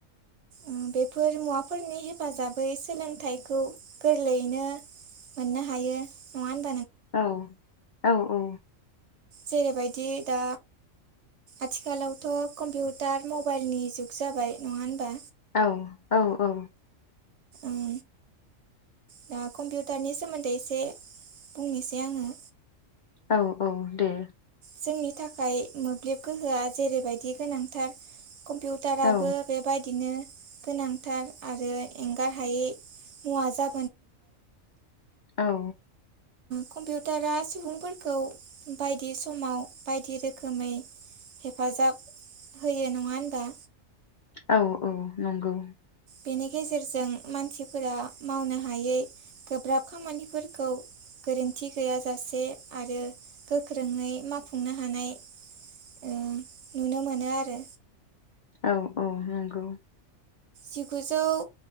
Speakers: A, on the right (about 60°); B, on the left (about 60°).
A: ओम बेफोर मुवा फोरनि हेफाजाबै सोलोंथाइखौ गोरलैयैनो मोननो हायो नङा होम
B: औ। औ औ।
A: जेरैबायदि दा आथिखालावथ' कम्पिउटार मबाइलनि जुग जाबाय नङा होनबा?
B: औ औ औ।
A: उम दा कम्पिउटारनि सोमोन्दै एसे बुंनोसै आंङो।
B: औ औ दे।
A: जोंनि थाखाय मोब्लिब गोहोआ जेरैबायदि गोनांथार कम्पिउटाराबो
B: औ
A: बेबायदिनो गोनांथार आरो एंगार हायै मुवा जा
B: औ
A: कम्पिउटारा सुबुंफोरखौ बायदि समाव बायदि रोखोमै हेफाजाब होयो नङा होनबा
B: औ औ नंगौ
A: बेनि गेजेरजों मानसिफोरा मावनो हायै गोब्राब खामानिफोरखौ गोरोन्थि गैयाजासे आरो गोख्रोङै मावफुंनो हानाय नुनो मोनो आरो
B: औ औ नंगौ
A: जिगुजौ